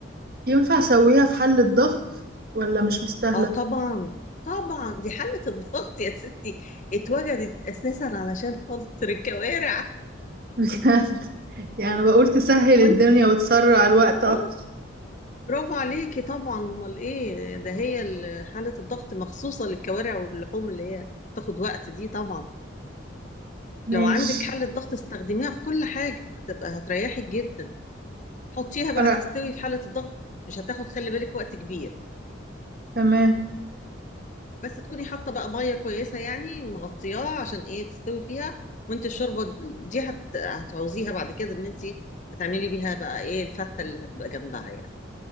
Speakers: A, on the right; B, on the left.
A: ينفع اسويها في حلة ضغط ولا مش مستاهلة
B: اه طبعا طبعا دي حلة الضغط يا ستي اتوجدت اساسا علشان خاطر الكوارع
A: <laughs> بجد يعني أنا بقول تسهل
B: وانتي
A: الدنيا وتسرع الوقت اكتر
B: اه برافو عليكي طبعا امال ايه ده هي ال- حالة الضغط مخصوصة للكوارع واللحوم اللي هي تاخد وقت دي طبعا
A: ماشي
B: لو عندك حلة ضغط استخدميها في كل حاجة هتبقى هتريحك جدا حطيها بقى
A: انا
B: تستوي في حالة الضغط مش هتاخد خلي بالك وقت كبير
A: تمام
B: بس تكوني حاطة بقى مية كويسة يعني مغطياها عشان ايه تستوي فيها وانت الشوربة دي هت... هتعوزيها بعد كده ان انت هتعملي بيها بقى ايه الفتة اللي هتبقى جنبها يعني